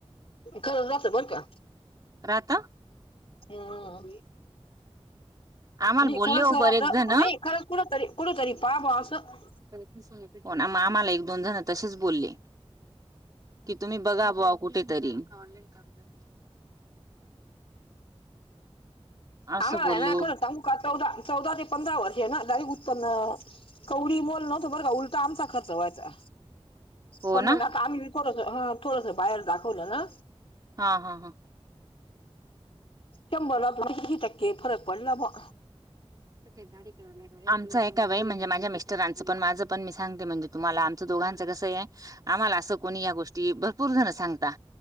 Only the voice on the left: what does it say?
खरंच जात बर का.
हम
नाही
खरं
स
आता
नाही. खरं कुठरी कुठतरी पा बा असं.
आाम्हाला
आहेना खरं सांगू. चौदा चौदा ते पंधरा वर्ष आहे ना दारीक उत्पन्न कवडी मोल नव्हतो बरं का उलटा आमचा खर्च व्हायचा.
पण
मग आता आम्ही थोडस ह थोडस बाहेर दाखवलं ना.
शभ लात क हितके फरक पडला बा.